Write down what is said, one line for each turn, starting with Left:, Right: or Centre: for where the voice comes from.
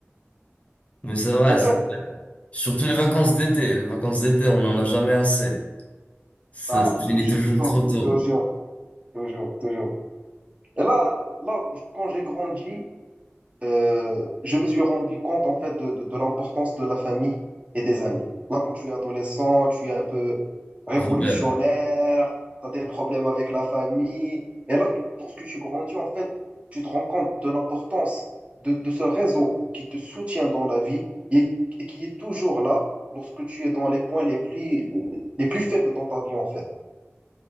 Left: Mais c'est vrai,
Right: En
Left: c'est-
Right: fait,
Left: surtout les vacances d'été. Les vacances d'été, on n'en a jamais assez. Ça,
Right: ah,
Left: ça finit
Right: toujours,
Left: toujours trop tôt.
Right: toujours, toujours, toujours. Et là, là, quand j'ai grandi, euh, je me suis rendu compte en fait de, de, de l'importance de la famille et des amis. Là, quand tu es adolescent, tu es un peu révolutionnaire,
Left: Rebelle.
Right: tu as des problèmes avec la famille. Et là, lorsque tu grandis, en fait, tu te rends compte de l'importance de, de ce réseau qui te soutient dans la vie et, et qui est toujours là lorsque tu es dans les points les plus, les plus faibles dans ta vie, en fait.